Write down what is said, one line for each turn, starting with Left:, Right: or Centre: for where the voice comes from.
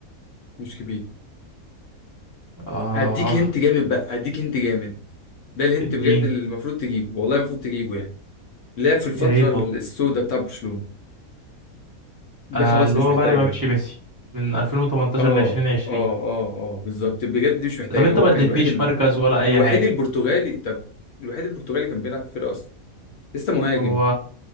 Left: مش كبير
Right: اه
Left: هديك هنت جامد بقى هديك هنت جامد ده الهنت
Right: اديني
Left: بجد اللي المفروض تجيبه والله المفروض تجيبه يعني لعب في الفترة
Right: يا ريت
Left: السوداء
Right: والله
Left: بتاع برشلونة ده
Right: آه
Left: خلاص
Right: اللي
Left: مش
Right: هو
Left: محتاجها
Right: بعد ما مشي ميسي من 2018
Left: اه
Right: ل 2020
Left: اه اه اه بالظبط بجد دي مش محتاجة
Right: طب انت
Left: هو
Right: ما
Left: كان
Right: اديتنيش
Left: الوحيد ال...
Right: مركز ولا اي
Left: الوحيد
Right: حاجة
Left: البرتغالي طب الوحيد البرتغالي كان بيلعب في الفرقة اصلا لسه مهاجم
Right: هو